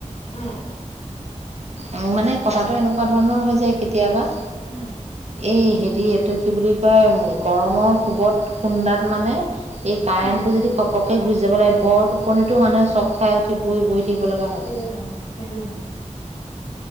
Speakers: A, on the left; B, on the right.
A: উম
B: উম মানে কথাটো এনেকুৱা ধৰণৰ হৈ যায় কেতিয়াবা।
A: উম
B: এই হেৰি এটো কি বুলি কয় গৰমৰ কোবত খুন্দাত মানে, এই কাৰেণ্ট
A: উম
B: টো যদি ঘপকে গুচি যাব লাগে বৰ টো টোপনিটো মানে
A: ইচ
B: চক খাই উঠি পৰি বহি থাকিব লগা হয়।
A: এ নহয়, কেলে নহয়,